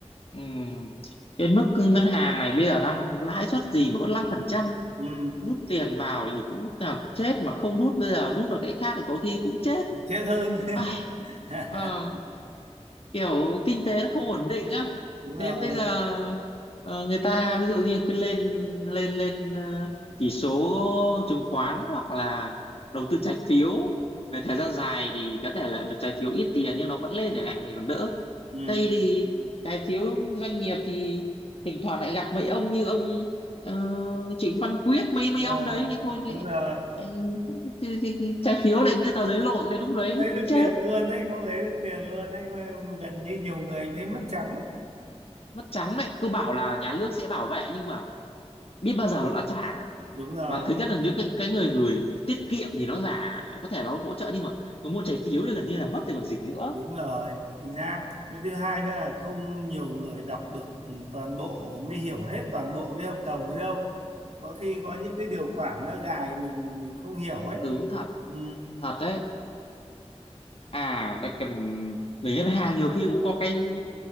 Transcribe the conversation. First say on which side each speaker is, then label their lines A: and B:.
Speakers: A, on the left; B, on the right.
A: ừm, cái mức ngân hàng này bây giờ đang lãi suất gì mà có năm phần trăm
B: ừ.
A: rút tiền vào thì cũng là chết mà không rút bây giờ rút vào cái khác thì có khi cũng chết
B: chết hơn
A: Ai,
B: <laughs>
A: ờ, kiểu kinh tế nó không ổn định á
B: đúng rồi
A: đến bây giờ ờ, người ta ví dụ như cứ lên lên lên ờ, chỉ số chứng khoán hoặc là đầu tư trái phiếu về thời gian dài thì có thể là được trái phiếu ít tiền nhưng nó vẫn lên chẳng hạn thì còn đỡ
B: ừ
A: đây thì trái phiếu doanh nghiệp thì thỉnh thoảng lại gặp mấy ông như ông ờ, Trịnh Văn Quyết mấy mấy
B: à,
A: ông đấy thì thôi
B: đúng
A: thì,
B: rồi
A: ờ, thì, thì, trái phiếu lại như tờ giấy lộn thì lúc đấy
B: không
A: thì
B: lấy
A: cũng
B: được
A: chết
B: tiền luôn đấy không lấy được tiền luôn đấy Coi- gần như nhiều người anh thấy mất trắng ấy
A: mất trắng đấy cứ bảo là nhà nước sẽ bảo vệ nhưng mà biết bao giờ nó đã trả
B: đúng rồi
A: và thứ nhất là những cái cái người người tiết kiệm thì nó giả có thể nó hỗ trợ nhưng mà người mua trái phiếu thì gần như là mất rồi còn gì nữa
B: đúng rồi chính xác với thứ hai nữa là không nhiều người đọc được ừ, toàn bộ mới hiểu hết toàn bộ cái hợp đồng ấy đâu có khi có những cái điều khoản nó gài mình mà mình không hiểu ấy
A: đúng thật
B: ừ
A: thật đấy à lại cần người ngân hàng nhiều khi cũng có cái